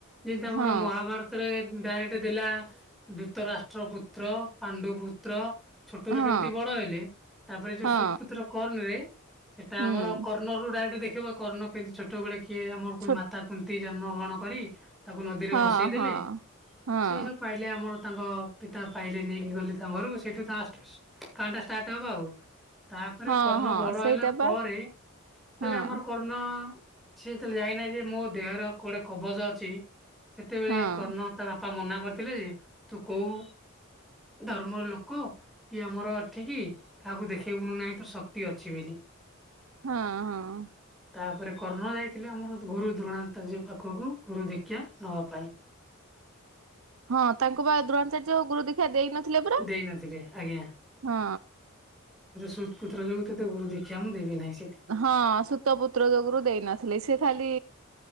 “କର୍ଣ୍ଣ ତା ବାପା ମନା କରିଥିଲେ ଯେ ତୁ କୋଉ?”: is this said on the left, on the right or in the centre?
Centre